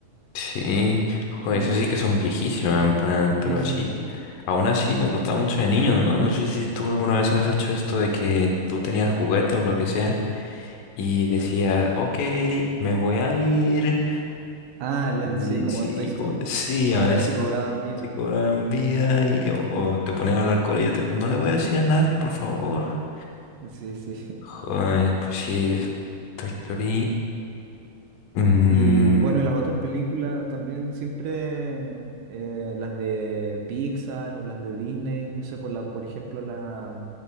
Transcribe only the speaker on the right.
Y
sí,
sí. <laughs>
Ah, ya,
sí, como
Toy Story,
para
ver
si cobraban vida.
Sí, sí.
Y, y, bueno, las otras películas también siempre, eh, las de Pixar o las de Disney, no sé, por la, por ejemplo, la,